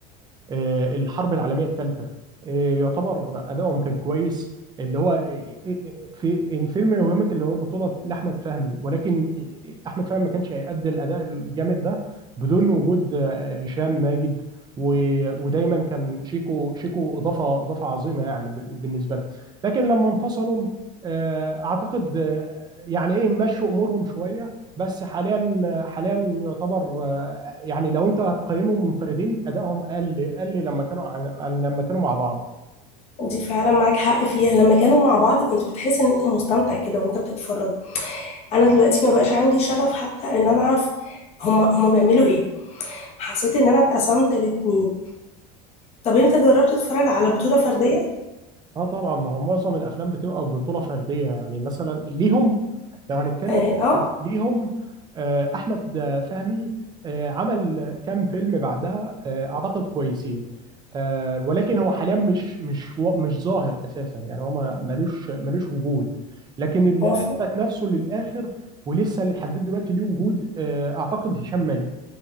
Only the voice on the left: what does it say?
دي فعلا معاك حق فيها لما كانوا مع بعض كنت بتحس ان انت مستمتع كده وانت بتتفرج انا دلوقتي ما بقاش عندي شغف حتى ان انا اعرف هما هما بيعملوا ايه حسيت ان انا اتقسمت الاتنين طب انت جربت تتفرج على بطوله فرديه
اه
آه.
هو